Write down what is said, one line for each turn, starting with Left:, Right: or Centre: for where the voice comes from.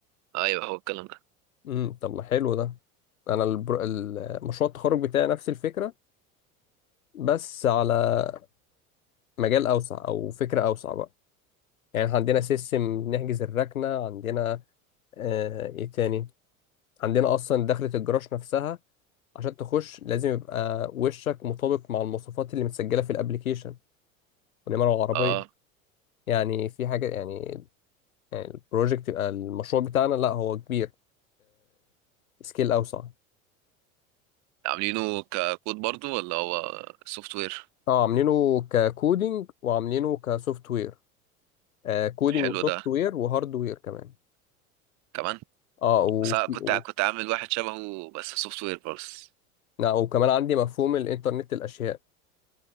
Right: ايوه هو الكلام ده
Left: امم طب ما حلو ده انا البر... ال- مشروع التخرج بتاعي نفس الفكرة بس على مجال اوسع او فكرة اوسع بقى يعني إحنا عندنا سيستم نحجز الركنة عندنا آه... ايه تاني عندنا اصلا دخلة الجراج نفسها عشان تخش لازم يبقى وشك مطابق مع المواصفات اللي متسجلة في الابليكيشن ونمر العربية
Right: اه
Left: يعني في حاجة يعني يعني البروجكت يبقى المشروع بتاعنا لا هو كبير سكيل أوسع
Right: عاملينه ككود برضو ولا هو سوفت وير
Left: اه عاملينه ككودينج وعاملينه كسوفت وير آه كودينج
Right: حلو
Left: وسوفت
Right: ده
Left: وير وهارد وير كمان
Right: كمان
Left: اه وفي
Right: بس أنا كنت
Left: و-
Right: كنت عامل واحد شبهه بس سوفت وير بس
Left: لا وكمان عندي مفهوم الإنترنت الأشياء